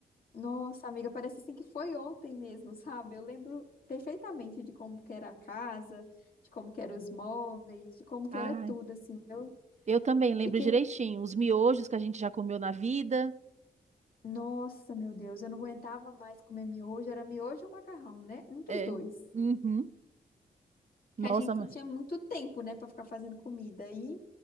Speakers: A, on the left; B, on the right.
A: Nossa, amiga, parece assim que foi ontem mesmo, sabe? Eu lembro perfeitamente de como que era a casa, de como que eram os móveis, de como que
B: Ai,
A: era tudo, assim. Eu
B: eu também lembro
A: fiquei,
B: direitinho. Os miojos que a gente já comeu na vida.
A: nossa, meu Deus, eu não aguentava mais comer miojo, era miojo ou macarrão, né? Um dos
B: é,
A: dois.
B: Uhum. Nossa,
A: Que a gente
B: ma-
A: não tinha muito tempo, né, pra ficar fazendo comida aí,